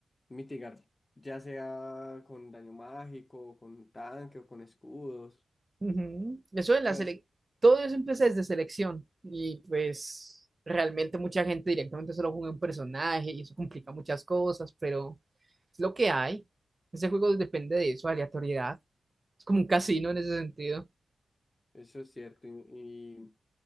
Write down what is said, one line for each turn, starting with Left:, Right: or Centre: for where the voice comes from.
Left: mitigar, ya sea con daño mágico, con tanque o con escudos.
Right: Ujú. Eso de la
Left: O sea,
Right: sele-
Left: es-
Right: todo eso empieza desde selección y pues realmente mucha gente directamente solo juega un personaje y eso complica muchas cosas, pero es lo que hay. Ese juego depende de eso, aleatoriedad. Es como un casino en ese sentido,
Left: eso es cierto. Y, y-